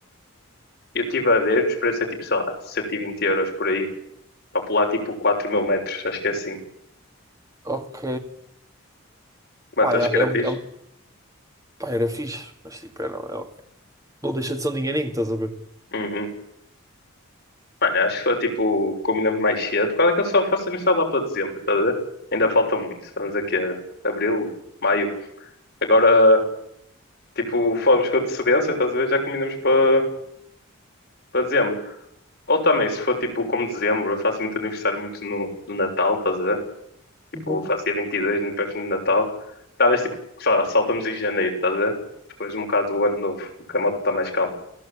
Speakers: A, on the left; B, on the right.
A: eu estive a ver, os preços é tipo, sei lá, 120 euros por aí, para pular tipo quatro mil metros, acho que é assim.
B: Ok.
A: Mano,
B: Pá,
A: tu achas
B: é,
A: que era
B: é
A: fixe?
B: um. É um... Pá, era fixe, mas tipo, era, é- um, não deixa de ser um dinheirinho, estás a ver?
A: Uhum. Mano, acho que foi tipo, combinamos mais cedo, por causa que eu só faço amizade lá para dezembro, estás a ver? Ainda falta muito, estamos aqui a abril, maio. Agora, tipo, falamos com antecedência, estás a ver? Já combinamos para para dezembro. Ou também, se for tipo como dezembro, eu faço muito aniversário muito no, no Natal, estás a ver? Tipo,
B: Uhum.
A: eu faço dia 22, muito perto do Natal. Talvez tipo, sei lá, saltamos em janeiro, estás a ver? Depois um bocado do ano novo, que a moto está mais calma.